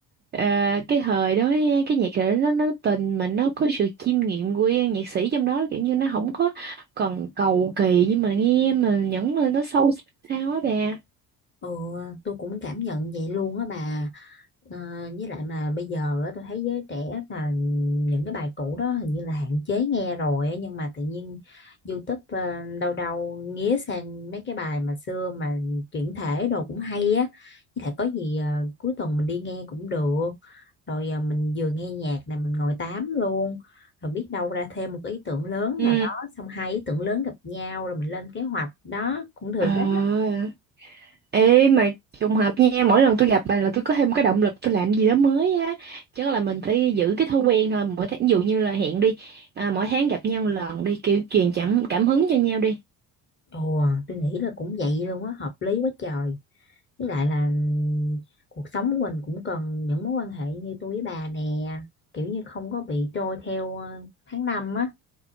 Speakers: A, on the right (about 25°); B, on the left (about 25°).
A: ờ, cái thời đó á, cái nhạc đó nó nó tình mà nó có sự chiêm nghiệm của nhạc sĩ trong đó kiểu như nó không có còn cầu kỳ nhưng mà nghe mà nhẫn lên nó sâu sắc sao á bà.
B: ừ tôi cũng cảm nhận vậy luôn á bà Ờ, với lại mà bây giờ á, tôi thấy giới trẻ là những cái bài cũ đó hình như là hạn chế nghe rồi á, nhưng mà tự nhiên YouTube ờ, đâu đâu nghía sang mấy cái bài mà xưa mà chuyển thể đồ cũng hay á với lại có gì ờ, cuối tuần mình đi nghe cũng được rồi ờ, mình vừa nghe nhạc này mình ngồi tám luôn rồi biết đâu ra thêm một ý tưởng lớn
A: Ừ.
B: nào đó xong hai ý tưởng lớn gặp nhau rồi mình lên kế hoạch đó cũng được
A: À,
B: đó
A: ê mà trùng hợp nha, mỗi lần tôi gặp bà là tôi có thêm cái động lực tôi làm gì đó mới á. Chắc là mình phải giữ cái thói quen thôi, mỗi tháng ví dụ như là hẹn đi, à, mỗi tháng gặp nhau một lần đi, kiểu truyền cảm cảm hứng cho nhau đi.
B: Ồ, à, tôi nghĩ là cũng vậy luôn á, hợp lý quá trời. Với lại là ừm, cuộc sống của mình cũng cần những mối quan hệ như tôi với bà nè, kiểu như không có bị trôi theo ờ, tháng năm á,